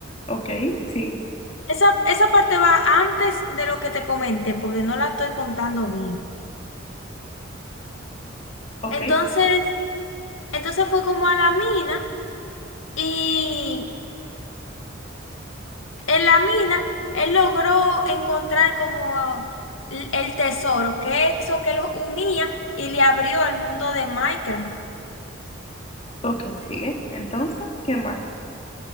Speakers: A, on the left; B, on the left.
A: ok, sigue.
B: Esa, esa parte va antes de lo que te comenté, porque no la estoy contando bien.
A: Ok,
B: Entonces, entonces fue como a la mina y En la mina, él logró encontrar como el el tesoro, que es eso que los unía y le abrió el mundo de Minecraft.
A: ok, sigue. Entonces, ¿qué más?